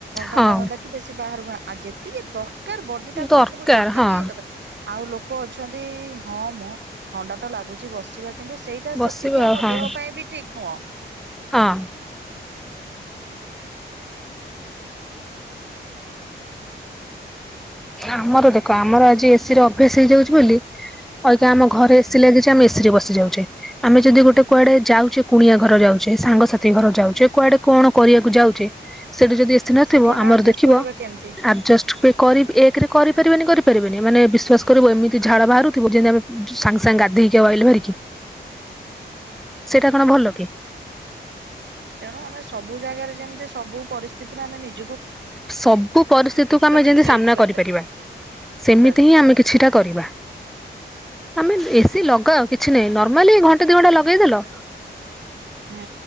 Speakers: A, in the centre; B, on the right.
A: ହଁ
B: କାମ ଧନ୍ଦା କି ବେଶୀ ବାହାରୁ ଆ ଯେତିକି ଦରକାର ଦରକାର ବଡି ଟାକୁ
A: ଦରକାର
B: ଆମକୁ ଯେତିକି
A: ହଁ
B: ଦରକାର ଆଉ ଲୋକ ଅଛନ୍ତି, ହଁ ମୁଁ ଥଣ୍ଡା ତ ଲାଗୁଛି ବସିବା କିନ୍ତୁ ସେଇଟା
A: ବସିବା
B: ସେତିକି ଆମ
A: ଆଉ ହଁ
B: ଦେହ ପାଇଁ ବି ଠିକ୍ ନୁହଁ।
A: ହଁ ଆମର ଦେଖ ଆମର ଆଜି ଏସି ରେ ଅଭ୍ୟାସ ହେଇଯାଉଛି ବୋଲି ଆଜ୍ଞା
B: ହୁଁ
A: ଆମ ଘରେ ଏସିି ଲାଗିଛି ଆମେ ଏସି ରେ ବସି ଯାଉେ ଆମେ ଯଦି
B: ହୁଁ
A: ଗୋଟେ କୁଆଡେ ଯାଉଛେ କୁଣିଆ ଘର ଯାଉଛେ ସାଙ୍ଗସାଥି ଘର ଯାଉଛେ କୁଆଡେ କଣ କରିବାକୁ ଯାଉଛେ ସେଇଠି ଯଦି ଏସି ନଥିବ
B: ସେଠି ଆମେ
A: ଆମର
B: ଆଡଜଷ୍ଟ
A: ଦେଖିବ
B: କରିବା କେମିତି
A: ଆଡଜଷ୍ଟ କର କରିପାରିବେନି କରିପାରିବେନି ମାନେ ବିଶ୍ୱାସ କରିବ ଏମିତି ଝାଳ ବାହାରୁଥିବ ଯେମିତି ଆମେ ସାଙ୍ଗେ ସାଙ୍ଗେ ଗାଧୋଇ ହେକି ଆଇଳେ ହେରିକି ସେଟା
B: ହୁଁ।
A: କଣ ଭଲ କି?
B: ତେଣୁ ଆମେ ସବୁ ଜାଗାରେ ଯେମିତି ସବୁ ପରିସ୍ଥିତିରେ ଆମେ ନିଜ
A: ସବୁ ପରିସ୍ଥିତିକୁ ଆମେ ଯେମତି
B: ଜିନିଷ
A: ସାମ୍ନା
B: ୟୁଜ କରିବା
A: କରିପାରିବା ସେମିତି
B: ବାସ୍।
A: ହିଁ ଆମେ କିଛିଟା କରିବା ଆମେ ଏସିି ଲଗାଅ କିଛି ନାହିଁ ନର୍ମାଲି ଘଣ୍ଟା ଦିଇ ଘଣ୍ଟା ଲଗେଇଦେଲ
B: ହୁଁ